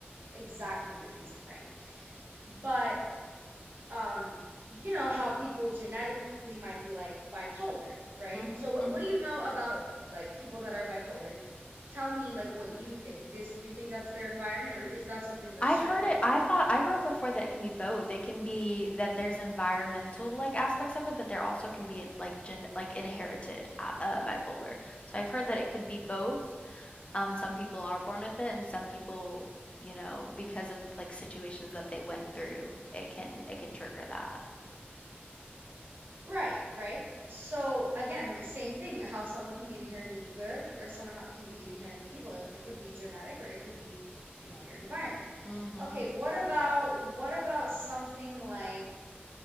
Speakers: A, on the right; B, on the left.
A: exactly the reason, right? But um, you know how people genetically might be like bipolar, right?
B: Mm-hmm.
A: So what
B: Mm-hmm.
A: what do you know about like people that are bipolar? Do, tell me like what you think. Is you think that's their environment or is that something that's
B: I've
A: genetic?
B: heard it. I thought I've heard before that it can be both. It can be that there's environmental like aspects of it, but there also can be like gen like inherited uh, uh, bipolar. So I've heard that it could be both. Um, some people are born with it, and some people, you know, because of like situations that they went through, it can it can trigger that.
A: Right, right. So again, like same thing, how someone can be inherently good or someone how can be inherently evil. It could be genetic or it could be, you know, your environment.
B: Mm-hmm.
A: Okay, what about what about something like,